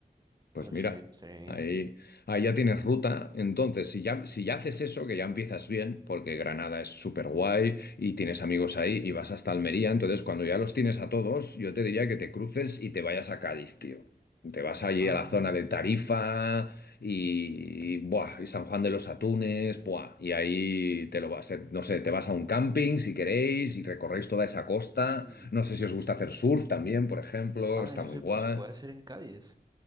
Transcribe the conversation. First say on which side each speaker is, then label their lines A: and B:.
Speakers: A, on the left; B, on the right.
A: Pues
B: Entonces,
A: mira,
B: estaría bien.
A: ahí, ahí ya tienes ruta. Entonces, si ya, si ya haces eso, que ya empiezas bien, porque Granada es súper guay y tienes amigos ahí y vas hasta Almería, entonces cuando ya los tienes a todos, yo te diría que te cruces y te vayas a Cádiz, tío. Te vas
B: Bancas,
A: allí a la zona de Tarifa y, buah, y San Juan de los Atunes, buah, y ahí te lo vas, no sé,
B: sí.
A: te vas a un camping si queréis y recorréis toda esa costa.
B: y-
A: No sé si os gusta hacer surf también, por ejemplo,
B: Ah,
A: está
B: eso
A: muy
B: se,
A: guay.
B: se puede hacer en Cádiz.